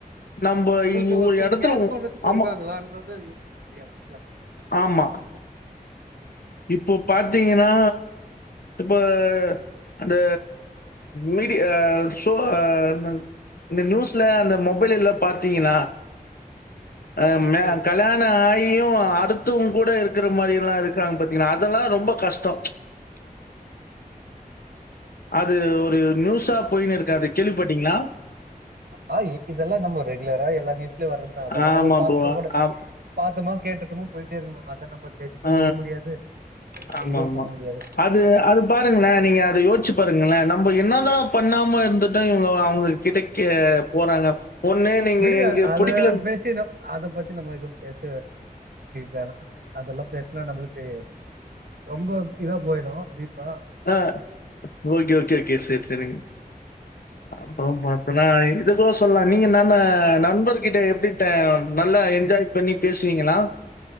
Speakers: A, on the left; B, on the right.
A: நம்ப
B: நம்பளுக்கு ஒருத்தர்
A: ஒரு எடத்துல
B: கேர்
A: உ
B: பண்றதுக்கு
A: ஆமா
B: இருக்காங்களான்றது இல்லையா அதுதா அந்த
A: ஆமா
B: இது இருந்தா போது
A: இப்போ பாத்தீங்கனா இப்போ அந்த மீடி அ சொ அ மண் இந்த நியூஸ்ல அந்த மொபைல்லல்லா பாத்தீங்கன்னா அ
B: ஆ
A: ம
B: சொல்லுங்க
A: கல்யாணோ ஆயியு அடுத்தவுங்கூட இருக்கற மாரி எல்லா இருக்காங்க பத் தீங்ளா அதல்லா ரொம்ப கஷ்டோ
B: ஆமா
A: அது ஒரு நியூஸா போயினு இருக்கு அது கேள்விப்பட்டீங்ளா
B: ஆ இதெல்லா நம்ம ரெகுலரா எல்லா நியூஸ்லயு வர்றதுதா அதெல்லா
A: ஆமா
B: நம்ம பாக்க
A: ப்ரோ.
B: கூட
A: ஆம்
B: பாத்தமா கேட்டுட்டமோ போய்ட்டே இருக்கணு அத நம்ம ஜட்ஜ் பண்ணவு
A: அ
B: முடியாது
A: ஆமாமா.
B: இதுவு பண்ண முடியாது
A: அது அது பாருங்கள நீங்க அத யோசிச்சு பாருங்கள நம்ப என்னதா பண்ணாம இருந்துட்டு இவங்க அவங்க கிடை கே போறாங்க ஒண்ணு நீங்க
B: விடுங்க
A: எங்க
B: அத
A: பிடிக்கலன்
B: பேசினு அத பத்தி நம்ம எதும் பேச வேணா அதெல்லா பே னா நம்ளுக்கு ரொம்ப இதா போய்டு டீப்பா
A: ஆ ஓகே ஓகே ஓகே சேரி சேரிங்க அப்புறோ பாத்தனா இது கூட சொல்லலா நீங்க நான நண்பர்கிட்ட எப்டி ட் நல்லா என்ஜாய் பண்ணி பேசுவீங்களா